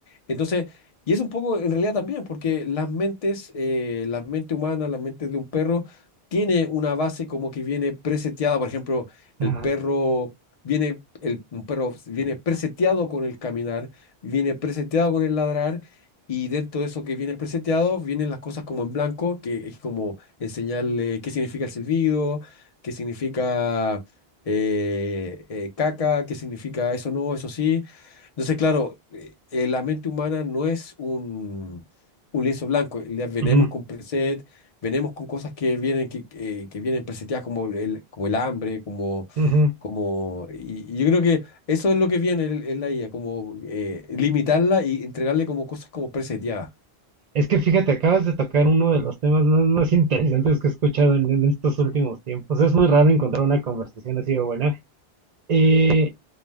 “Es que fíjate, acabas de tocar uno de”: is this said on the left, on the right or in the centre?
Right